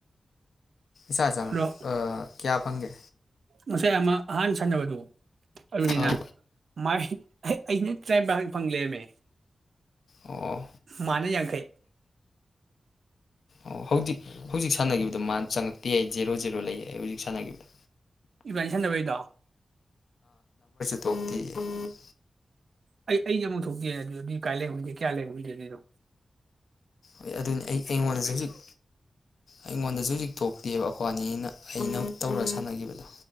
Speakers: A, on the left; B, on the right.
A: ꯆ ꯆ
B: ꯑꯗꯣ
A: ꯀꯌꯥ ꯄꯪꯒꯦ
B: ꯉꯁꯥꯏ ꯑꯃ ꯑꯍꯥꯟ ꯁꯥꯟꯅꯕꯗꯨ ꯑꯂꯤꯅꯥ
A: ꯑꯥ
B: ꯃꯥ ꯑꯦ ꯑꯩꯅ ꯇꯔꯥꯅꯤꯄꯈꯛ ꯐꯪ ꯂꯦꯔꯝꯃꯦ
A: ꯑꯣ
B: ꯃꯥꯅ ꯌꯥꯡꯈꯩ
A: ꯑꯣ ꯍꯧꯖꯤꯛ ꯍꯧꯖꯤꯛ ꯁꯥꯟꯅꯈꯤꯕꯗꯣ ꯃꯥ ꯆꯪꯉꯛꯇꯦ ꯌꯥꯏ ꯖꯦꯔꯣ ꯖꯦꯔꯣ ꯂꯩ ꯍꯧꯖꯤꯛ ꯁꯥꯟꯅꯈꯤꯕꯗꯣ
B: ꯏꯚꯦꯟ ꯁꯟꯗꯕꯩꯗꯣ
A: ꯇꯨꯝꯕꯤꯎꯝ
B: ꯑꯩ ꯑꯩꯗꯤ ꯑꯃꯨꯛ ꯊꯣꯛꯇꯦ ꯑꯗꯨ ꯑꯗꯨ ꯀꯥꯏ ꯂꯩꯍꯟꯒꯦ ꯀꯌꯥ ꯂꯩꯍꯟꯒꯦ ꯑꯗꯨꯅꯣ
A: ꯍ ꯑꯗꯨꯅꯤ ꯑꯩ ꯑꯩꯉꯣꯟꯗꯁꯨ ꯍꯧꯖꯤꯛ ꯑꯩꯉꯣꯟꯗꯁꯨ ꯍꯧꯖꯤꯛ ꯊꯣꯛꯇꯦꯕ ꯑꯩꯈꯣꯏ ꯅ ꯑꯩꯅ ꯇꯧꯔ ꯁꯥꯟꯅꯈꯤꯕꯗꯣ